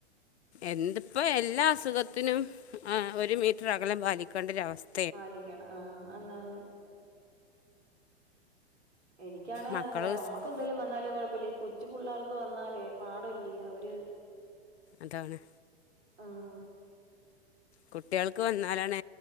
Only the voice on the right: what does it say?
പാലിയ്ക്കണം ആഹ് ആന്ന് ആന്ന് എനിയ്ക്കാണ്
വേഗം
ഞമ്മക്ക് എന്തേലും വന്നാലും കൊഴപ്പല്ല ഈ കൊച്ചു പുള്ളേർക്ക് വന്നാലേ പാടല്ലയോ അവര്
ആഹ്